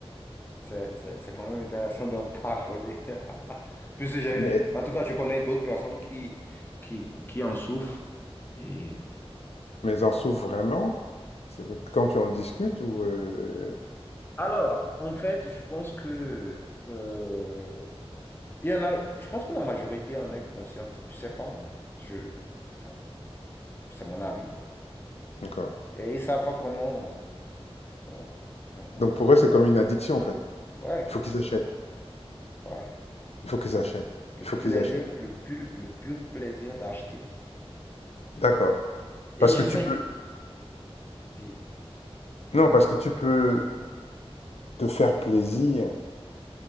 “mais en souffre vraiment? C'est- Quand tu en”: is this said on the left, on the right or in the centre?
Left